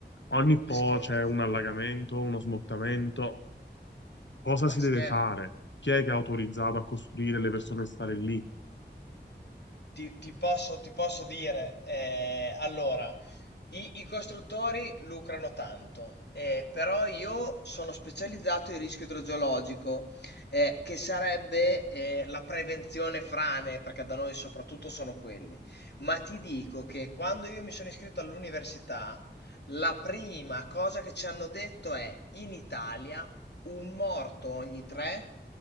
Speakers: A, on the left (about 85°); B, on the left (about 65°).
A: ogni
B: ma
A: po'
B: scherzi,
A: c'è un allagamento, uno smottamento. Cosa
B: ma
A: si
B: scherzi.
A: deve fare?
B: Eh,
A: Chi è che ha autorizzato a costruire le persone a stare lì?
B: ti, ti posso, ti posso dire, eh, allora, I, i costruttori lucrano tanto, eh, però io sono specializzato in rischio idrogeologico, eh, che sarebbe eh, la prevenzione frane, perché da noi soprattutto sono quelli. Ma ti dico che quando io mi sono iscritto all'università, la prima cosa che ci hanno detto è in Italia un morto ogni tre